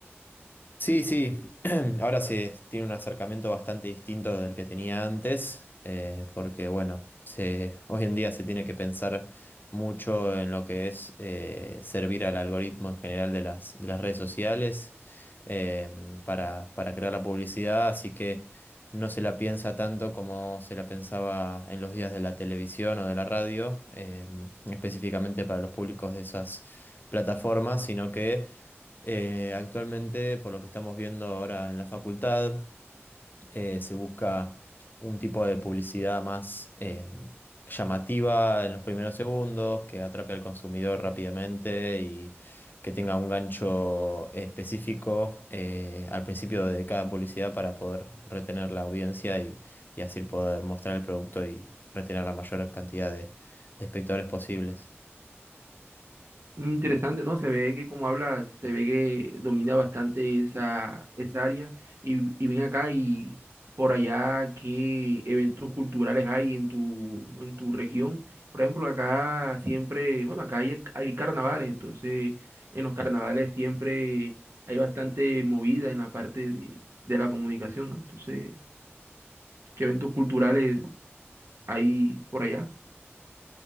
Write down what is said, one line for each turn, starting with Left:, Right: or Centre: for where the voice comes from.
Left: Sí, sí, <clears throat> ahora se tiene un acercamiento bastante distinto del que tenía antes, eh, porque bueno, se, hoy en día se tiene que pensar mucho en lo que es eh, servir al algoritmo en general de las, de las redes sociales eh, para, para crear la publicidad, así que no se la piensa tanto como se la pensaba en los días de la televisión o de la radio, eh, específicamente para los públicos de esas plataformas, sino que eh, actualmente, por lo que estamos viendo ahora en la facultad, eh, se busca un tipo de publicidad más eh, llamativa en los primeros segundos, que atrape al consumidor rápidamente y que tenga un gancho específico eh, al principio de cada publicidad para poder retener la audiencia y, y así poder mostrar el producto y retener la mayor cantidad de de espectadores posibles.
Right: Interesante, ¿no? Se ve que como habla, se ve que domina bastante esa, esa área. Y, y ven acá y por allá, ¿qué eventos culturales hay en tu, en tu región? Por ejemplo, acá siempre, bueno, acá hay, hay carnavales, entonces en los carnavales siempre hay bastante movida en la parte de, de la comunicación, ¿no? Entonces, ¿qué eventos culturales hay por allá?